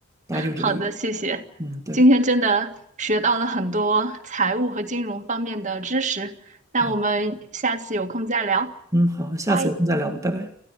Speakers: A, on the right; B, on the right.
A: 大家就这个意思。
B: 好的，谢谢，
A: 嗯，对，
B: 今天真的学到了很多财务和金融方面的知识，那我们下次有空再聊，
A: 啊，嗯，好，下次有空再聊吧，
B: 拜。
A: 拜拜。